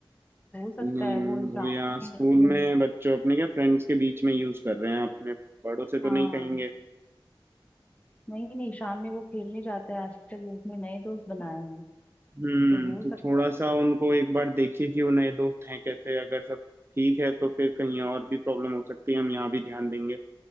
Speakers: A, on the left; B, on the right.
A: हो सकता
B: नहीं
A: है वो शाम
B: वो यहाँ स्कूल
A: में अपने
B: में बच्चों अपने क्या फ्रेंड्स के बीच में यूज कर रहे हैं अपने बड़ों से तो
A: हाँ
B: नहीं कहेंगे
A: नहीं नहीं शाम में वो खेलने जाता है आजकल उसने नए दोस्त बनाए हैं
B: हम्म
A: तो हो
B: तो
A: सकता
B: थोड़ा
A: है
B: सा उनको एक बार देखिए कि वो नए दोस्त हैं कैसे अगर सब ठीक है तो फिर कहीं और भी प्रॉब्लम हो सकती है हम यहाँ भी ध्यान देंगे